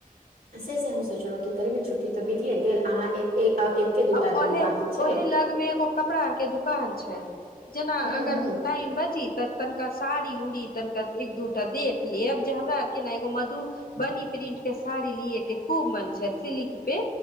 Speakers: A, on the right; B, on the left.
A: से से हम सोचलहुँं कि गर्मी छुट्टी तऽ बतिये गेल अहाँ एक आब एके दूटा
B: आ ओहे
A: दिन बाकी छै
B: ओहे लग मे एगो कपड़ा आर के दुकान छै जेना
A: हू
B: अगर
A: हू
B: टाइम बची तऽ तनिका साड़ी उड़ी तनिका एक दूटा देख लेब जे हमरा आर के ने एगो मधुबनी प्रिंट के साड़ी लि के खूब मन छै सिल्क पे